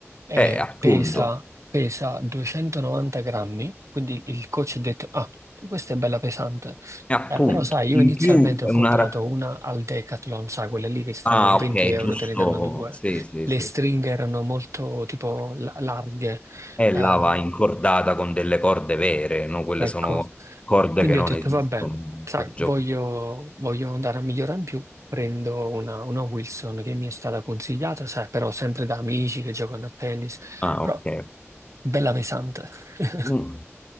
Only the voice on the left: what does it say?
Eh, appunto,
eh, appunto.
In
più è
una... ra-
Ah,
ok,
giusto.
Sì, sì,
sì,
sì.
È
là va incordata con delle corde vere, no? Quelle
sono corde
che non
esistono.
perciò-
Ah,
ok.
Mm.